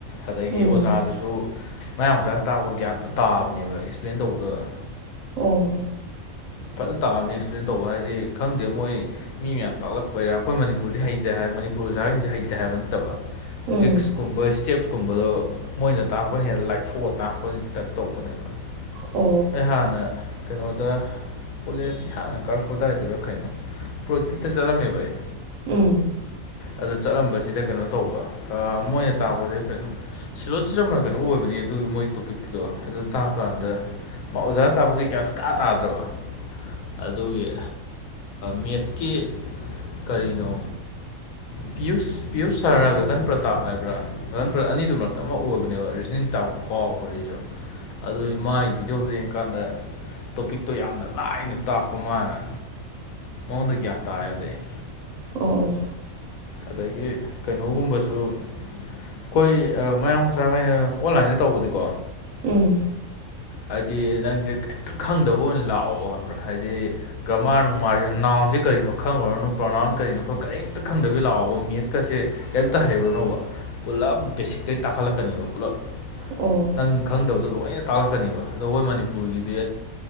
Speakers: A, on the left (about 80°); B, on the right (about 75°).
A: ꯑꯗꯒꯤ
B: ꯎꯝ
A: ꯑꯣꯖꯥꯗꯨꯁꯨ ꯃꯌꯥꯝ ꯃꯆꯥꯥꯅ ꯇꯥꯛꯄ ꯒ꯭ꯌꯥꯟ ꯇꯥꯕꯅꯤ ꯕ ꯑꯦꯛꯁꯄ꯭ꯂꯦꯟ ꯇꯧꯕꯗꯣ
B: ꯑꯣ
A: ꯐꯖꯅ ꯇꯥꯕꯅꯤ ꯑꯦꯛꯁꯄ꯭ꯂꯦꯟ ꯇꯧꯕ ꯍꯥꯏꯗꯤ ꯈꯪꯗꯦ ꯃꯣꯏ ꯃꯤ ꯃꯌꯥꯝ ꯇꯥꯛꯂꯛꯄꯩꯔꯥ ꯑꯩꯈꯣꯏ ꯃꯅꯤꯄꯨꯔꯁꯦ ꯍꯩꯇꯦ ꯍꯥꯏ ꯃꯅꯤꯄꯨꯔ ꯑꯣꯖꯥꯁꯤꯡꯁꯦ ꯍꯩꯇꯦ ꯍꯥꯏꯕ ꯅꯠꯇꯕ
B: ꯎꯝ
A: ꯇ꯭ꯔꯤꯛꯁ ꯀꯨꯝꯕꯁ ꯁ꯭ꯇꯦꯞꯁꯀꯨꯝꯕꯗꯣ ꯃꯣꯏꯅ ꯇꯥꯛꯔꯛꯄꯅ ꯍꯦꯟꯅ ꯂꯥꯏꯊꯣꯛꯑꯒ ꯇꯥꯛꯄ ꯇꯞ ꯇꯧꯕꯅꯦꯕ
B: ꯎ
A: ꯑꯩꯍꯥꯟꯅ ꯀꯩꯅꯣꯗ ꯀꯣꯂꯦꯖ ꯑꯩꯍꯥꯟꯅ ꯀꯥꯔꯛꯄꯗꯥꯏꯗꯨꯔ ꯀꯩꯅꯣ ꯄ꯭ꯔꯣꯛꯇꯤꯞꯇ ꯆꯠꯂꯝꯃꯦꯕ ꯑꯩ
B: ꯎꯝ
A: ꯑꯗꯨꯗꯣ ꯆꯠꯂꯝꯕꯁꯤꯗ ꯀꯩꯅꯣ ꯇꯧꯕ ꯃꯣꯏꯅ ꯇꯥꯛꯄꯁꯦ ꯀꯩꯅꯣ ꯁꯤꯂꯣꯁꯤ ꯆꯝꯅ ꯀꯩꯅꯣ ꯑꯣꯏꯕꯅꯤ ꯑꯗꯨꯒꯤ ꯃꯣꯏ ꯇꯣꯄꯤꯛꯨꯗꯣ ꯑꯗꯨ ꯇꯥꯛ ꯗꯨꯀꯥꯟꯗ ꯃꯥ ꯑꯣꯖꯥꯅ ꯇꯥꯛꯄꯗꯤꯦ ꯀꯌꯥ ꯁꯨ ꯀꯥ ꯇꯥꯗ꯭ꯔꯕ ꯑꯗꯨꯒꯤ ꯃꯦꯠꯁꯀꯤ ꯀꯔꯤꯅꯣ ꯄ꯭ꯌꯨꯁ ꯄꯤꯌꯨꯁ ꯁꯔꯥ ꯒꯟ ꯄ꯭ꯔꯇꯥꯞ ꯍꯥꯏꯕ꯭ꯔꯥ ꯔꯟ ꯄ꯭ꯂꯠ ꯑꯅꯤꯗꯨ ꯃꯔꯛꯇ ꯑꯃ ꯑꯣꯏꯕꯅꯦꯕ ꯔꯤꯖꯅꯤꯡ ꯇꯥꯛꯄꯗꯣ ꯀꯥꯎꯈꯔꯦꯅꯦ ꯑꯗꯨꯏ ꯃꯥꯥꯒꯤ ꯕꯤꯗꯤꯌꯣꯗꯨ ꯌꯦꯡꯀꯥꯟꯗ ꯇꯣꯄꯤꯛꯇꯣ ꯌꯥꯝꯅ ꯂꯥꯏꯅ ꯇꯥꯛꯄ ꯃꯥꯅ ꯑꯣꯗꯨꯒꯤꯌꯥ ꯇ ꯍꯥꯏꯗ <inaudible>
B: ꯑꯣ ꯑꯣ
A: ꯑꯗꯒꯤ ꯀꯩꯅꯣꯒꯨꯝꯕꯁꯨ ꯑꯩꯈꯣꯏ ꯃꯌꯥꯡ ꯃꯆꯥ ꯀꯩꯅ ꯑꯣꯟꯂꯥꯏꯟꯗ ꯇꯧꯕꯗꯤꯀꯣ
B: ꯎꯝ
A: ꯍꯥꯏꯗꯤ ꯅꯪꯁꯦ ꯀꯩꯝꯇ ꯈꯪꯗꯕ ꯑꯣꯏꯅ ꯂꯥꯛꯑꯣꯕ ꯈꯪꯕ꯭ꯔꯥ ꯍꯥꯏꯗꯤ ꯒ꯭ꯔꯃꯥꯔ ꯅꯨꯡꯃꯥꯔꯁꯤꯅ ꯎꯁ ꯅꯥꯎꯟ ꯀꯔꯤꯅꯣ ꯈꯪꯉꯨꯔꯅꯨ ꯄ꯭ꯔꯣꯎ ꯅꯥꯎꯟ ꯀꯔꯤꯅꯣ ꯀꯤꯝꯇ ꯂꯥꯛꯑꯣꯕ ꯃꯦꯁꯀꯁꯦ ꯀꯔꯤꯝꯇ ꯍꯩꯔꯨꯔꯅꯣꯕ ꯄꯨꯂꯞ ꯕꯦꯁꯤꯛ ꯑꯇꯩ ꯇꯥꯈꯠꯂꯛꯀꯅꯦꯕ ꯄꯨꯂꯞ
B: ꯑꯣ
A: ꯅꯪ ꯈꯪꯗꯕꯗꯣ ꯂꯣꯏꯅ ꯇꯥꯛꯂꯛꯀꯅꯦꯕ ꯑꯗꯣ ꯑꯩꯈꯣꯏ ꯃꯅꯤꯄꯨꯔꯒꯤꯗꯤ